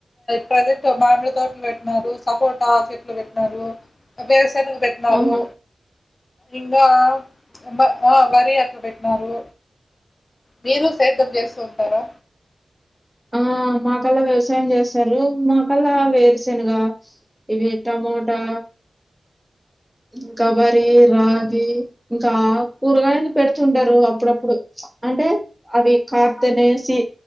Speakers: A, on the left (about 40°); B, in the centre.
A: ప్రజెంట్ మామిడి తోటలు పెట్టినారు, సపోటా చెట్లు పెట్టినారు, వేరుసేనగ పెట్టినారు.
B: ఆహా
A: ఇంగా మా ఆ వరి అట్లా పెట్టినారు. మీరు సేద్యం చేస్తూ ఉంటారా.
B: ఆ మాకల్లా వ్యవసాయం చేస్తారు. మాకల్లా వేరుశనుగ ఇవి టమోటా ఇంకా వరి, రాగి ఇంకా కూరగాయలు పెడుతుంటరు అప్పు అప్పుడప్పుడు అంటే అవి కాత్తనేసి